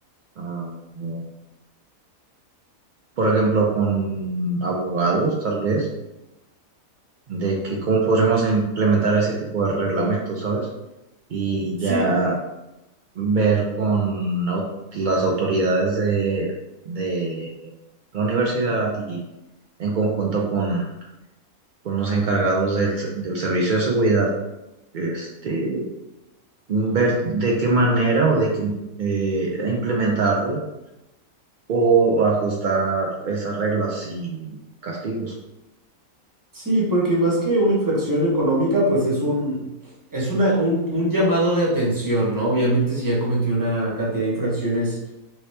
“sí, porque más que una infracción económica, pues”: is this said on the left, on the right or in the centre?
Right